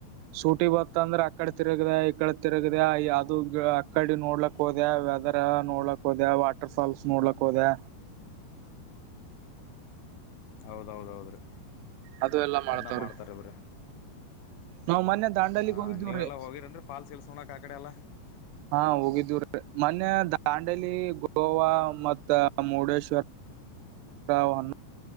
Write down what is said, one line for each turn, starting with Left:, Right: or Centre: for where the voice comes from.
Right: ಸೂಟಿ ಬತ್ತ ಅಂದ್ರ ಆಕಡೆ ತಿರುಗದೆ ಈ ಕಡೆ ತಿರುಗದ ಅದು ಅಕಡಿ ನೋಡ್ಲಕ್ ಹೋದೆ ವೆದರ್ ನೋಡ್ಲಕ್ ಹೋದೆ ವಾಟರ್ಫಾಲ್ಸ್ ನೋಡ್ಲಕ್ ಹೋದೆ
Left: ಹೌದ ಹೌದ ಹೌದು ರೀ
Right: ಅದು ಎಲ್ಲಾ ಮಾಡ್ತಾವ್ರಿ
Left: ಅದನ್ನ ಮಾಡ್ತಾರೆ ಬಿಡ್ರಿ
Right: ನಾವ್ ಮೊನ್ನೆ ದಾಂಡಲಿಗ್
Left: ಹಾ
Right: ಹೋಗಿದ್ದೀವ್ರಿ
Left: ನೀವೆಲ್ಲಾ ಹೋಗಿರನ್ರಿ ಫಾಲ್ಸ್ ಗಿಲ್ಸ್ ನೋಡೋಕೆ ಆ ಕಡೆ ಎಲ್ಲಾ
Right: ಹಾ ಹೋಗಿದೀವಿರಿ ಮೊನ್ನೆ ದಾಂಡೇಲಿ ಗೋವಾ ಮತ್ತ ಮುರುಡೇಶ್ವರ್ <inaudible>